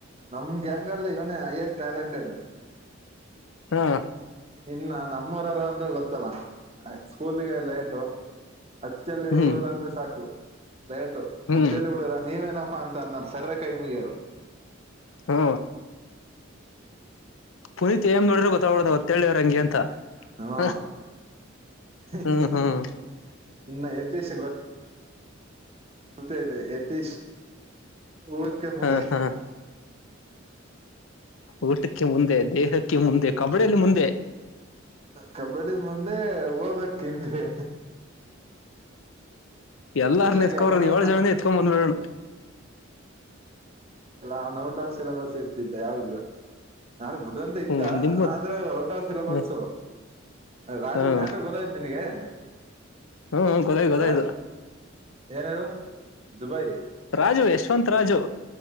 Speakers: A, on the right; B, on the left.
A: ನಮ್ ಗ್ಯಾಂಗ್ ಅಲ್ಲಿ ಇವ್ನೆ ಹೈಯೆಸ್ಟ್ ಟ್ಯಾಲೆಂಟೆಡ್.
B: ಹ್ಮ
A: ಇನ್ನ ನಮ್ಮೂರಾರ ಅಂದ್ರೆ ಗೊತ್ತಲ್ಲ ಸ್ಕೂಲಿಗೆ ಲೇಟು. ಅತ್ತಲ್ಲೇ
B: ಹ್ಮ್
A: ಹುಡುಗರುಂದ್ರೆ ಸಾಕು <unintelligible>
B: ಹ್ಮ್
A: ರ ನೀವೇನ ಪ್ಪ ಅಂತ ಅನ್ನ ಸರ್ರ ಕೈ ಮುಗಿಯಾರು
B: ಹ್ಮ ಪುನೀತ್ ಏನ್ ನೋಡ್ರೆ ಗೊತ್ತಾಗವಲ್ದು ಒತ್ತ ಹೇಳಿವ್ ಹಂಗೆ ಅಂತ
A: ಹಾ
B: ಹ
A: ಇ ಇ <unintelligible>
B: ಹ್ಮ್ ಹ್ಮ್
A: ಇನ್ನ ಯತೀಶ ಗೊತ್ ಮತ್ತೇ ಅದೇ ಯತೀಶ್ ಉಲ್ಕೆ ಮುಳೆ
B: ಹಾ ಹಾ ಊಟಕ್ಕೆ ಮುಂದೆ ದೇಹಕ್ಕೆ ಮುಂದೆ ಕಬಡ್ಡಿಯಲ್ಲಿ ಮುಂದೆ
A: ಕಬಡ್ಡಿಲಿ ಮುಂದೆ ಓದಕ್ಕಿಂದೆ
B: ಎಲ್ಲಾರನ್ನ
A: ಆಗಿ
B: ಎತ್ಕೋ ಬರೋದು
A: ಅವನು
B: ಏಳು ಜನನು ಎತ್ಕೊಂಬಂದ್ಬಿಡೋಣ
A: ಅವನ್ ಔಟ್ ಆಫ್ ಸಿಲೆಬಸ್ ಇರ್ತಿದ್ದ ಯಾವಾಗ್ಲು ನಾನು ಬುದಧಂತ ಇದ್ದ
B: ಹ್ಮ್ ನಿಮ್
A: ಅಂದ್ರೆ ಔಟ್ ಆಫ್ ಸಿಲಬಸ್
B: ಹ್ಮ
A: ರಾಜು
B: ಹ್ಮ್
A: ಮ್ಯಾಟ್ರು ಗೊತ್ತಾಯ್ತು ನಿನಗೆ <inaudible>
B: ಹ್ಮ್ ಗೊತಾಯ್ತು ಗೊತಾಯ್ತು
A: ರಾಜ್ ಏನ್ ಹೇಳು ದುಬೈ
B: ರಾಜು ಯಶ್ವಂತ್ ರಾಜು